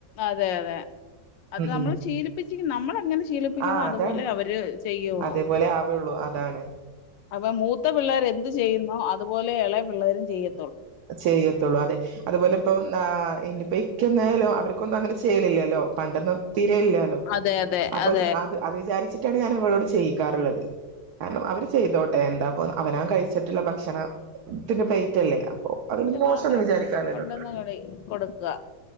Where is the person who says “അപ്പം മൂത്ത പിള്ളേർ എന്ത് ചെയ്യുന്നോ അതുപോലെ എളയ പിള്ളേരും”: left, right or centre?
Left